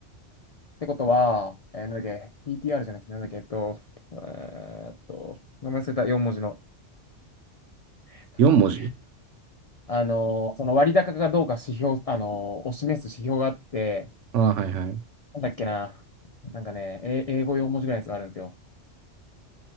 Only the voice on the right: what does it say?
4文字
あ、はいはい。